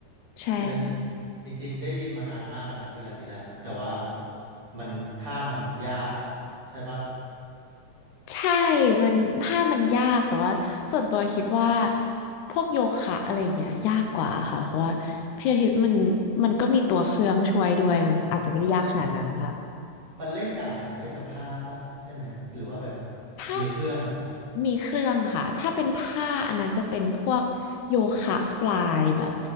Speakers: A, on the left; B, on the right.
A: ใช่
B: พีระทิตจริงๆได้ยินมานานมากอะนะพีระทิตอะแต่ว่ามันท่ามันยากอะใช่ปะ
A: ใช่มันถ้ามันยากแต่ว่าส่วนตัวคิดว่าพวกโยคะอะไรอย่างเงี้ยยากกว่าค่ะเพราะว่าพิลาทิสมันมันก็มีตัวเครื่องช่วยด้วยมันอาจจะไม่ได้ยากขนาดนั้นค่ะ
B: มันเล่นกับอะไรนะเล่นกับผ้าปะใช่ไหมหรือว่าแบบ
A: ถ้า
B: มีเครื่อง
A: มีเครื่องค่ะ ถ้าเป็นผ้าอันนั้นจะเป็นพวกโยคะฟลายแบบ